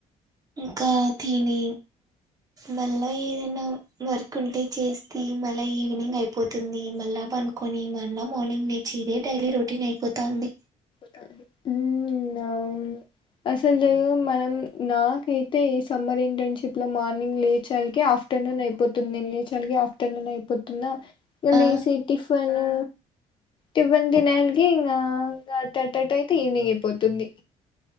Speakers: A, on the right; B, on the left.
A: ఇంకా తీని మళ్ళా ఏదైనా వర్క్ ఉంటే చేస్తే మళ్ళ ఈవినింగ్ అయిపోతుంది. మళ్ళా పం కొనీమన్నా మార్నింగ్ లేచి ఇదే డైలీ రొటీన్ అయిపోతాంది
B: హ్ అవును అసలూ మనం నాకైతే ఈ సమ్మర్ ఇంటర్న్షిప్ ల మార్నింగ్ లేచాల్కే ఆఫ్ టర్నూన్ అయిపోతుంది. నెన్ లేచాల్కే ఆఫ్టర్నూన్ అయిపోతుందా ఇగ
A: ఆ
B: లేసి టిఫను టిఫిన్ తినేళ్లకి ఇంగా ఇంగ అట్టట్టట్టైతే ఈవినింగ్ అయిపోతుంది.